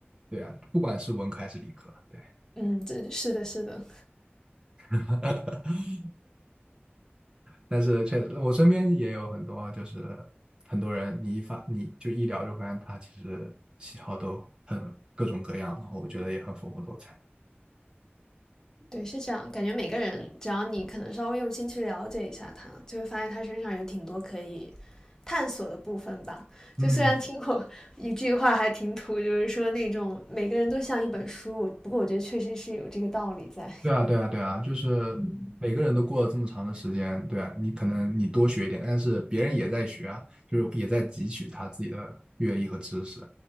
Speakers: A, on the right (about 20°); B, on the left (about 15°).
A: 对啊，不管是文科还是理科，对。
B: 嗯，这是的，是的，
A: <laughs> 但是确实，我身边也有很多，就是很多人，你一发你就一聊就发现他其实喜好都很各种各样，然后我觉得也很丰富多彩。
B: 对，是这样。感觉每个人，只要你可能稍微用心去了解一下他，就会发现他身上有挺多可以探索的部分吧。
A: 嗯，
B: 就虽然听过一句话还挺土，就是说那种每个人都像一本书，不过我觉得确实是有这个道理在。
A: 对啊，对啊，对啊，就是每个人都过了这么长的时间，
B: 嗯，
A: 对啊，你可能你多学一点，但是别人也在学啊，就是也在汲取他自己的阅历和知识，